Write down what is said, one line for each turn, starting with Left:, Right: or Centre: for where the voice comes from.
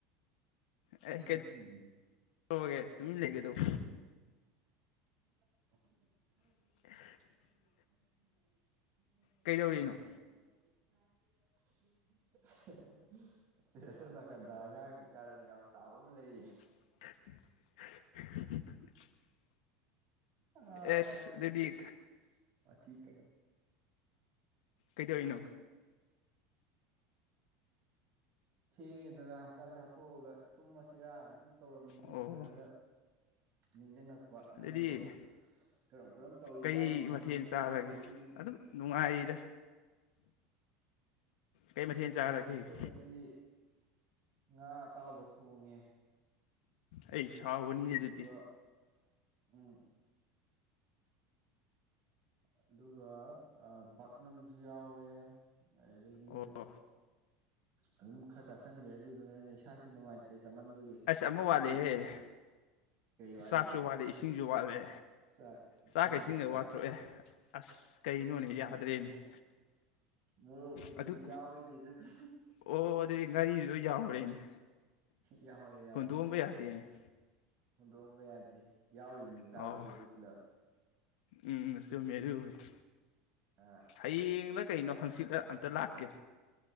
Left: ꯑꯦ
Right: ꯑꯩ ꯁꯤꯔꯦ
Left: ꯀꯩꯗꯧꯔꯒꯦ ꯇꯨꯃꯤꯟ ꯂꯩꯒꯗꯧ
Right: <unintelligible>
Left: <inaudible>
Right: <inaudible>
Left: ꯀꯩꯗꯧꯔꯤꯅꯣ
Right: ꯑꯁꯣꯝ ꯅꯥꯀꯟꯗ ꯑꯉꯥꯡ ꯀꯥꯔꯟ ꯌꯥꯝ ꯇꯥꯕ ꯑꯃ ꯂꯩꯌꯦ
Left: <inaudible>
Right: ꯑꯥ
Left: ꯑꯦꯁ
Right: ꯃꯥꯅꯁꯨ
Left: ꯑꯗꯨꯗꯤ
Right: ꯑꯗꯨꯝ ꯋꯥꯊꯤ ꯇꯧ
Left: ꯀꯩꯗꯣꯢꯅꯣ
Right: ꯊꯦꯡꯉꯦꯗꯅ ꯆꯥꯛ ꯆꯥ ꯇꯣꯛꯑꯒ ꯇꯨꯝꯃꯁꯤꯔꯥꯅ ꯁꯨꯝ ꯇꯧꯔꯝꯃꯤꯅꯦ
Left: ꯑꯣ
Right: ꯑꯗꯨꯗ ꯅꯤꯡꯖꯤꯡꯉꯛꯄ ꯅꯪꯗꯣ
Left: ꯑꯗꯨꯗꯤ
Right: ꯀꯔꯝ ꯀꯔꯝ ꯇꯧꯔꯤꯖꯥꯠꯅꯣꯅ
Left: ꯀꯩ ꯃꯊꯦꯜ
Right: ꯍꯪꯉꯛꯀꯦꯅ
Left: ꯆꯥꯔꯒꯦ
Right: ꯇꯧꯔꯛ ꯏꯕꯅꯤꯅꯦ
Left: ꯑꯗꯨꯝ ꯅꯨꯡꯉꯥꯏꯔꯤꯗ ꯀꯩ ꯃꯊꯦꯜ
Right: ꯎꯝ
Left: ꯆꯥꯔꯒꯦ
Right: ꯑꯩꯈꯣꯏ ꯉꯁꯤ ꯉꯥ ꯑꯇꯥꯎꯕ ꯊꯣꯡꯉꯦ
Left: ꯑꯩꯏ ꯁꯥꯎꯒꯅꯤ
Right: ꯑꯗꯨꯒ
Left: ꯑꯗꯨꯗꯤ
Right: ꯎꯝ ꯑꯗꯨꯒ ꯄꯥꯛꯅꯝꯁꯨ ꯌꯥꯎꯋꯦ ꯑꯗꯨꯗꯒꯤ
Left: ꯑꯣ
Right: ꯑꯗꯨꯝ ꯈꯔ ꯆꯥꯁꯟꯈ꯭ꯔꯦ ꯑꯗꯨꯗꯨꯅꯅꯦ ꯏꯁꯥꯁꯤ ꯅꯨꯡꯉꯥꯏꯇ꯭ꯔꯦ ꯆꯃꯟꯕꯒꯤ
Left: ꯑꯁ ꯑꯃ
Right: ꯍꯥ
Left: ꯋꯥꯠꯂꯦꯍꯦ
Right: ꯍꯥ ꯀꯩ ꯋꯥꯠꯂꯤꯅꯣ
Left: ꯆꯥꯛꯁꯨ ꯋꯥꯠꯂꯦ ꯏꯁꯤꯡꯁꯨ ꯋꯥꯠꯂꯦ
Right: ꯆꯥꯛ ꯏꯁꯤꯡ
Left: ꯆꯥꯛꯀ ꯏꯁꯤꯡꯒ
Right: ꯋꯥꯠꯄ꯭ꯔꯥ
Left: ꯋꯥꯠꯇ꯭ꯔꯣ ꯑꯦ ꯑꯁ ꯀꯩꯅꯣꯅꯦ ꯌꯥꯗ꯭ꯔꯦꯅꯦ
Right: ꯑꯗꯨꯗꯤ ꯃꯨꯛ ꯃꯣꯔꯣꯛ ꯃꯦꯠꯄꯁꯨ
Left: ꯑꯗꯨ
Right: ꯌꯥꯎꯏꯤꯅꯦ ꯑꯗꯨꯗꯤ
Left: ꯑꯣ ꯑꯗꯨꯗꯤ ꯉꯥꯔꯤꯁꯨ ꯂꫭꯏ ꯌꯥꯎꯔꯦꯅꯦ
Right: ꯌꯥꯍꯧꯋꯦ ꯌꯥꯎꯋꯦ
Left: ꯍꯨꯟꯗꯣꯛꯑꯝꯕ ꯌꯥꯗꯦꯅꯦ
Right: ꯍꯨꯟꯗꯣꯛꯑꯝꯕ ꯌꯥꯗꯦ ꯌꯥꯎꯔꯤꯕꯅꯤ ꯆꯥꯕꯗꯨꯗꯤ
Left: ꯑꯣ
Right: ꯄꯨꯂꯞ
Left: ꯎꯝ ꯆꯨꯝꯃꯦ ꯑꯗꯨꯕꯨꯗꯤ
Right: ꯑ
Left: ꯍꯌꯦꯡꯂꯥ
Right: ꯑꯁ
Left: ꯀꯩꯅꯣ
Right: ꯅꯪ
Left: ꯍꯪꯆꯤꯠꯂ ꯑꯝꯇ ꯂꯥꯛ ꯀꯦ